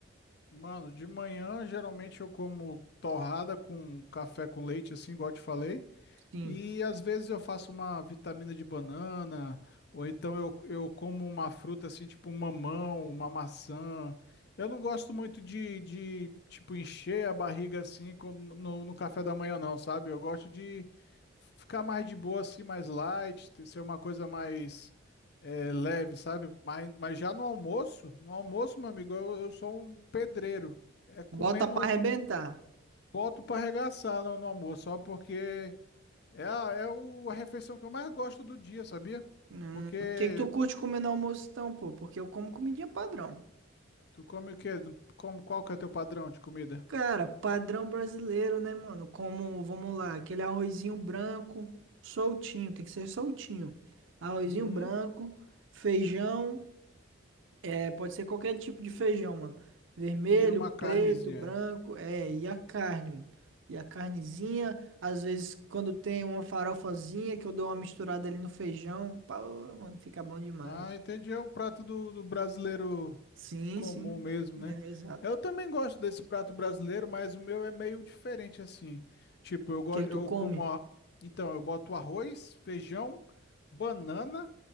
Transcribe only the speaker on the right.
Sim.
Bota pra arrebentar.
Hum,
o que que tu curte comer no almoço, então, pô? Porque eu como comidinha padrão.
Cara, padrão brasileiro, né, mano? Como, vamos lá, aquele arrozinho branco, soltinho, tem que ser soltinho. Arrozinho
branco, feijão, é, pode ser qualquer tipo de feijão, mano. Vermelho,
preto, branco, é, e a carne, mano. E a carnezinha, às vezes quando tem uma farofazinha que eu dou uma misturada ali no feijão, pá, mano, fica bom demais.
Sim,
sim,
é,
exato.
O que que
tu come?